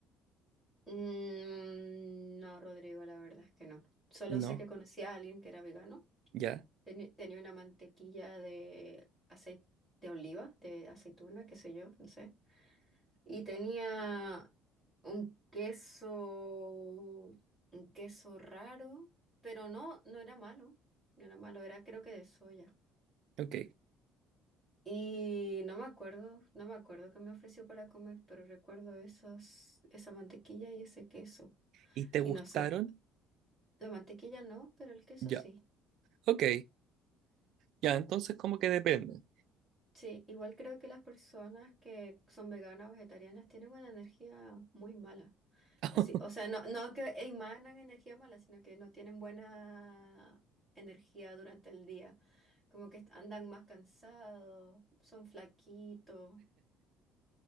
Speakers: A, in the centre; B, on the right.
A: Mm, no, Rodrigo, la verdad es que no. Solo
B: No,
A: sé que conocí a alguien que era vegano.
B: ya,
A: Teni- tenía una mantequilla de aceite de oliva, de aceituna, qué sé yo, no sé. Y tenía un queso, un queso raro, pero no, no era malo, no era malo, era creo que de soya.
B: ok.
A: Y no me acuerdo, no me acuerdo qué me ofreció para comer, pero recuerdo esos, esa mantequilla y ese queso.
B: ¿Y te gustaron?
A: Y no sé, la mantequilla no, pero el queso
B: Ya,
A: sí.
B: ok, ya, entonces como que depende.
A: Sí, igual creo que las personas que son veganas o vegetarianas tienen una energía muy mala.
B: <laughs>
A: Así, o sea, no, no que emanan energía mala, sino que no tienen buena energía durante el día. Como que andan más cansados, son flaquitos.